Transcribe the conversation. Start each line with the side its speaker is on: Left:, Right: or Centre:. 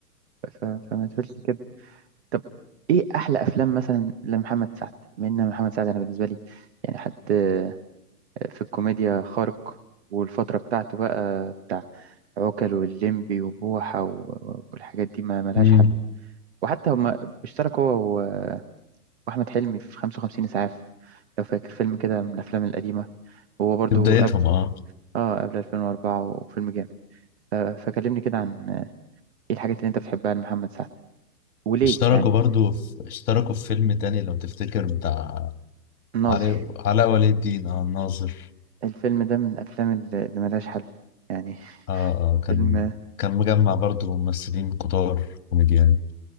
Right: ف... فما تقولش كده طب ايه احلى افلام مثلا لمحمد سعد بما ان محمد سعد انا بالنسبه لي يعني حد آه، في الكوميديا خارق والفتره بتاعته بقى بتاع عوكل واللمبي وبوحه و... والحاجات دي ما ملهاش
Left: مم.
Right: حل وحتى هما اشترك هو و- واحمد حلمي في 55 اسعاف لو فاكر فيلم كده من الافلام القديمه هو برضو
Left: في بدايتهم
Right: قبل
Left: اه
Right: اه قبل 2004 وفيلم جامد ف- فكلمني كده عن آه، ايه الحاجات اللي انت بتحبها لمحمد سعد وليه
Left: اشتركوا
Right: يعني
Left: برضو في اشتركوا في فيلم تاني لو تفتكر بتاع
Right: الناظر
Left: علاء علاء ولي الدين اه الناظر
Right: الفيلم ده من الافلام اللي اللي ملهاش حل يعني
Left: اه آه، كان
Right: فيلم
Left: كان مجمع برضو ممثلين كتار كوميديان